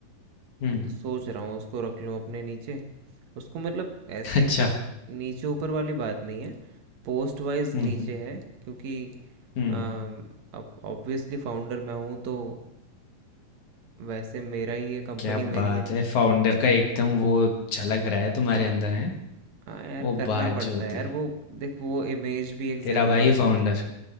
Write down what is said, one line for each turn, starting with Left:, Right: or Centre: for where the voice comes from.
Left: हम्म
Right: तो सोच रहा हूँ उसको रख लूँ अपने नीचे उसको मतलब ऐसे
Left: अच्छा
Right: कुछ नीचे ऊपर वाली बात नहीं है पोस्ट वाइज
Left: हम्म
Right: नीचे
Left: हम्म
Right: है क्योंकि
Left: हम्म,
Right: अम, अब ऑब्वियसली फाउंडर मैं हूँ तो वैसे मेरा ही है कंपनी
Left: क्या बात
Right: मेरी है
Left: है फाउंडर का एकदम वो झलक रहा है तुम्हारे अंदर है
Right: हाँ यार
Left: वो
Right: करना
Left: बात
Right: पड़ता
Left: जो होती
Right: है यार
Left: है
Right: वो देख वो इमेज भी एक
Left: तेरा
Right: ज़रूरी
Left: भाई
Right: होती
Left: फाउंडर
Right: है